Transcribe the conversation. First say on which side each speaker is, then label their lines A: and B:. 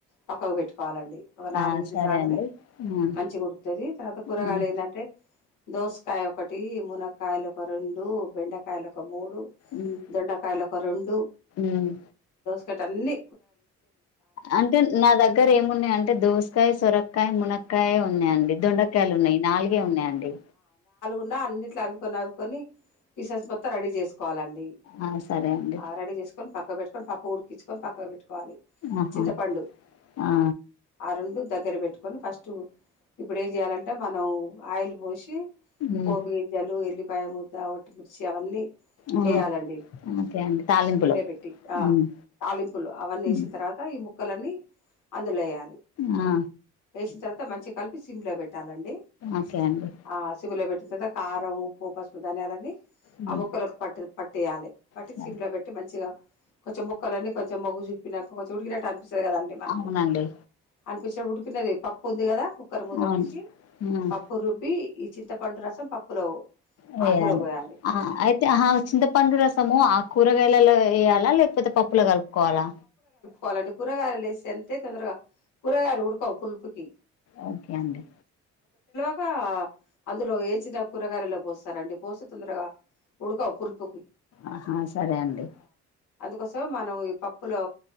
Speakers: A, on the left; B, on the left.
A: పక్కకు పెట్టుకోవాలండి ఒక నాలుగు
B: ఆ
A: విజులు
B: సరే
A: రాగానే
B: అండి ఉమ్
A: మంచి కుడుకుతుది తర్వాత కూరగాయలు
B: ఉమ్
A: ఎందంటే దోసకాయ ఒకటి మునక్ కాయలు ఒక రెండు బెండకాయలు ఒక మూడు
B: ఉమ్
A: దొండకాయలు ఒక రెండు
B: ఉమ్
A: కట అన్నీ
B: అంటే నా దగ్గర ఏమున్నాయి అంటే దోసకాయ సొరక్కయ మునక్కాయ ఉన్నాయండి దొండకాయలు ఉన్నాయి నాలుగే ఉన్నాయండి
A: అన్నిట్ అవికనివికొని పీసెస్ మొత్తం రెడీ చేసుకోవాలండి
B: ఆ సరే అండి
A: ఆ రెడ చేసుకొని పక్క పెట్టుకొని పప్పు ఉడికించుకొని పక్క పెట్టుకో వాల
B: ఆహా
A: చింతపండు
B: ఆ
A: ఆ రెండు దగ్గర పెట్టుకొని ఫస్ట్ ఇప్పుడు ఏం చేయాలంటే మనం ఆయిల్ పోసి
B: ఉమ్
A: పోప్ గీంజలు ఎల్లిపాయ ముద్ద ఒటిమిర్చి అవన్నీ
B: ఆ
A: ఏ ఆలండి
B: ఓకే అండి తాలింపులో
A: గిన్నె పెట్టి ఆ
B: ఉమ్
A: తాలింపులు అవన్నీ
B: ఉమ్,
A: వేసిన తర్వాత ఈ ముక్కలన్నీ అందులో వేయాలి
B: ఆ
A: వేసిన తర్వా త మంచిగ కలిపి సిమ్లో పెట్టాలన్
B: ఓకే అండి
A: ఆ సిమ్లో పెట్ పట్టి కారం ఉప్పు పసుపు ధనియాలన్నీ
B: ఉమ్
A: ఆ ముక్కలకు పట్టు పట్టేయాలి బట్టి
B: సరే
A: సిమ్ లో పెట్టి మంచిగా కొంచెం ముక్కలన్నీ కొంచెం మొ్గు చూినాక కొంచెం ఉడికినట్టుంత స్తుంది కదండి మనకు
B: అవునండి
A: అనిపించిన ఉడికినది పప్పు ఉంది కదా కుక్కర్ మూత
B: అవును
A: తీసి
B: ఉమ్
A: పప్పు రుబ్బి ఈ చింతపండు రసం పప్పులో
B: వేయాలి
A: అందులో పోయాలి
B: ఆ అయితే ఆ చింతపండు రసము ఆ కూరగాయలలో వేయాలా లేక్ పోతే పప్పులో కలుపుకోవాలా
A: వాలంటే కూరగాయలు వేసే అంతే తొందరగా కూరగాయలు ఉడకవు పులుపుకి
B: ఓకే అండి
A: ఇ అందులో ఏంచినా కూరగాయలో పోస్తారండి పోసి తొందరగా ఉడకవు పులుపుకి
B: ఆహా సరే అండి
A: కోసం మనం ఈ పప్పులో